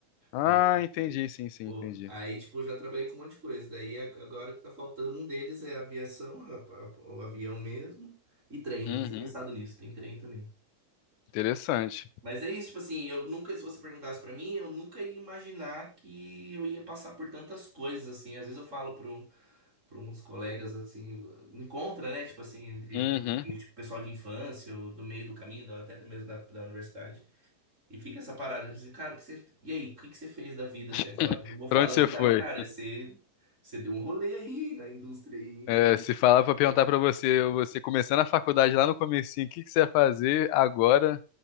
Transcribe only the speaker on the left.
Ah,
entendi, sim, sim,
entendi.
Uhum.
Interessante.
Uhum.
<laughs>
Pra onde você
foi?
É, se falar pra perguntar pra você, você começando a faculdade lá no comecinho, o que que você ia fazer agora?